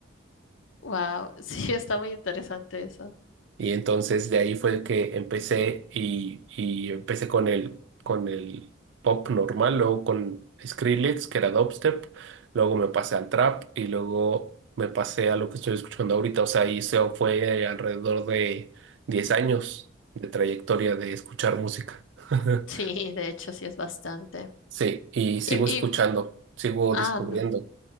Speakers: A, on the left; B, on the right.
A: Wow, <laughs> sí, está muy interesante eso.
B: Y entonces de ahí fue que empecé y, y empecé con el, con el pop normal, luego con Skrillex, que era dubstep, luego me pasé al trap y luego me pasé a lo que estoy escuchando ahorita. O sea, y eso fue alrededor de 10 años de trayectoria de escuchar música. <laughs>
A: Sí, de hecho, sí es bastante.
B: Sí, y sigo
A: Y,
B: escuchando,
A: y,
B: sigo
A: ah,
B: descubriendo.
A: no.